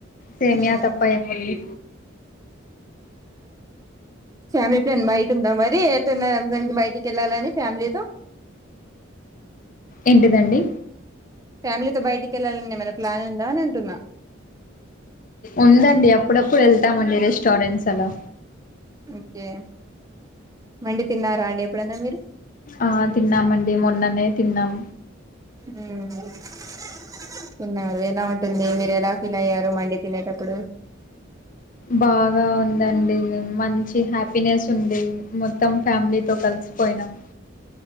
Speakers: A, on the left; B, on the right.
A: సేమ్యా
B: ఉమ్
A: తప్ప ఏముంది
B: ఫ్యామిలి ప్లాన్ బయట ఉందా మరి ఏ ళ్తూన్నార రంజాన్ కి బయటికి వెళ్ళాలని ఫ్యామిలీతో
A: ఎంటిదండి
B: ఫ్యామిలీతో బయటికి వెళ్ళాలని ఏమైనా ప్లాన్ ఉందా అని అంటున్నా
A: ఉందండి అప్పుడప్పుడు వెళ్తామండి రెస్టార్ట్ ఫ్రెండ్స్ అలా
B: ఓకే మండి తిన్నారా, అండి ఎప్పుడన్నా మీరు
A: ఆ తిన్నామండి, మొన్ననే తిన్నాం
B: మ్మ్ ఇంగ <unintelligible> ఉంటుంది, మీరు ఎలా ఫీల్ అయ్యారు మండి తినేటప్పుడు,
A: బాగా ఉందండి మంచి హ్యాపీనెస్ ఉండేది, మొత్తం ఫ్యామిలీతో కలి సి పోయినాం